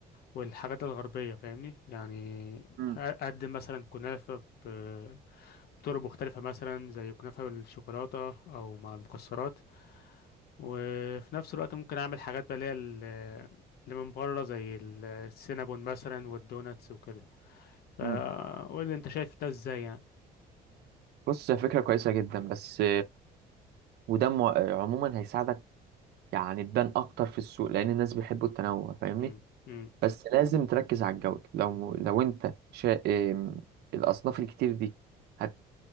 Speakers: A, on the left; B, on the right.
A: والحاجات الغربية فاهمني يعني
B: مم.
A: اقدم مثلا كنافة ب- بطرق مختلفة مثلا زي كنافة بالشوكولاتة أو مع المكسرات وفي نفس الوقت ممكن اعمل حاجات بقى اللي هي ال- اللي من بره زي ال- السينابون مثلا والدوناتس وكده فقول
B: مم.
A: لي انت شايف ده ازاي يعني
B: بص هي فكرة كويسة جدا بس وده مع- عموما هيساعدك يعني تبان اكتر في السوق لان الناس بيحبوا التنوع فاهمني
A: امم امم
B: بس لازم تركز على الجودة لو لو انت شا... إم، الاصناف الكتير دي هت